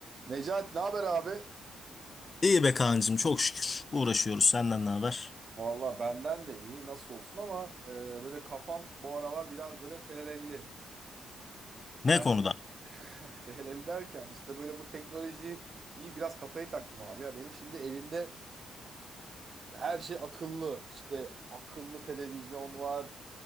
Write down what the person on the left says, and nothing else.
İyi be kancım çok şükür. Uğraşıyoruz senden ne haber?
Ne
konuda?